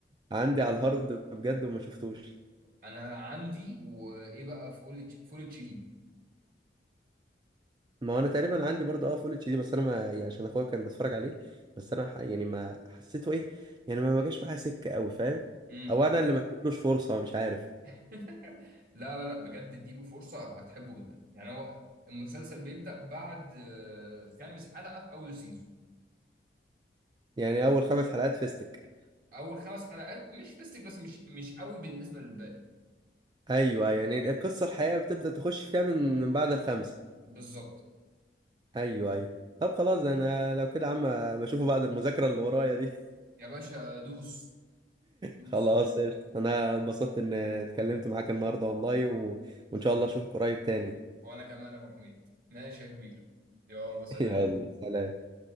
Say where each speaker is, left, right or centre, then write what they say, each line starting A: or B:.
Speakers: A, on the right; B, on the right.
A: عندي على الهارد بجد وما شفتوش
B: انا عندي وايه بقى فول فول اتش دي
A: ما انا تقريبا عندي برضه اه فول اتش دي بس انا ما يعني عشان اخويا كان بيتفرج عليه بس انا ح- يعني ما حسيته ايه يعني ما ما جاش معايا سكه قوي فاهم
B: امم
A: او انا اللي ما اديتلوش فرصه مش عارف
B: <laughs> لا لا لا بجد اديله فرصة هتحبه جدا يعني هو المسلسل بيبدأ بعد آه، خامس حلقة في اول سيزون
A: يعني اول خمس حلقات فيستك
B: اول خمس حلقات مش فيستك بس مش مش قوي بالنسبة للباقي
A: ايوه أيوه. يعني القصه الحقيقه بتبدا تخش فيها من من بعد الخمسه
B: بالظبط
A: ايوه ايوه طب خلاص انا لو كده يا عم بشوفه بعد المذاكره اللي ورايا دي
B: يا باشا دوس دوس
A: خلاص قشطة انا اتبسطت ان اتكلمت معاك النهارده والله و... وان شاء الله اشوفك قريب تاني
B: وانا كمان يا ابو حميد ماشي يا كبير يلا
A: <laughs>
B: سلام
A: يلا سلام